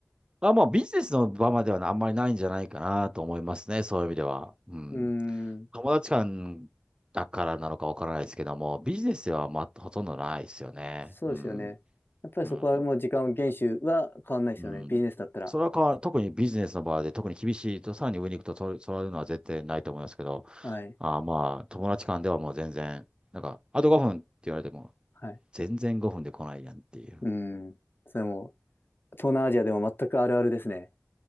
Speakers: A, on the right (about 15°); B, on the left (about 40°).
A: あ、まあ、ビジネスの場まではあんまりないんじゃないかなと思いますね。そういう意味では。うん。
B: うーん。
A: 友達間だからなのかわからないですけども、ビジネスでは、まあ、ほとんどないですよね。
B: そうですよね。
A: うん。
B: やっぱりそこはもう時間を厳守は変わんないですよね。
A: うん。うん。
B: ビジネスだったら。
A: それは変わる特にビジネスの場で、特に厳しいと、さらに上に行くと、そそういうのは絶対ないと思いますけど、
B: はい。
A: あ、まあ、友達間ではもう全然、なんか、あと5分って言われても、
B: はい。
A: 全然5分で来ないやんっていう。
B: うーん。それはもう、東南アジアでも全くあるあるですね。